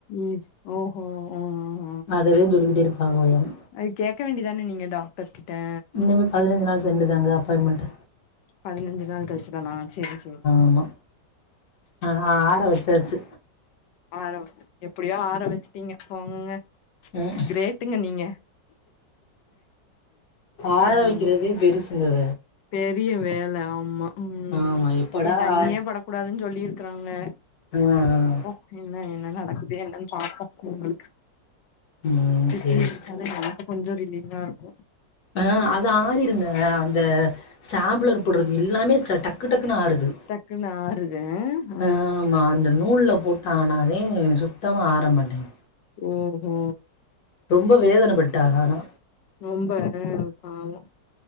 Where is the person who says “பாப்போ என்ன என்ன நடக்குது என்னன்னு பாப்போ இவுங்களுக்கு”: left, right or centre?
Left